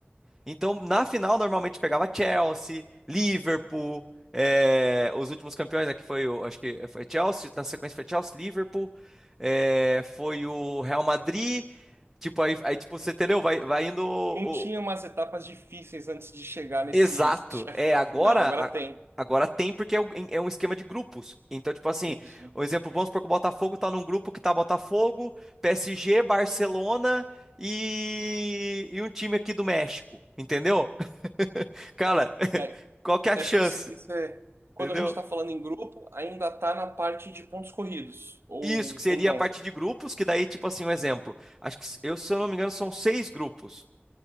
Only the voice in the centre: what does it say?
Então, na final, normalmente pegava Chelsea, Liverpool, eh, os últimos campeões aqui foi, o- acho que foi Chelsea, na sequência foi Chelsea, Liverpool, eh, foi o Real Madrid, tipo, aí, aí, tipo, você entendeu? Vai, vai indo o-
o-
exato.
É, agora,
a-
agora tem porque é, o- é um esquema de grupos. Então, tipo assim,
um exemplo, vamos supor que o Botafogo tá num grupo que tá Botafogo, PSG, Barcelona e, e um time aqui do México, entendeu? Cara, <laughs>
qual que é a
chance?
Entendeu?
Isso, que seria
a parte de grupos, que daí, tipo assim, um exemplo. Acho que, se- eu, se eu não me engano, são seis grupos.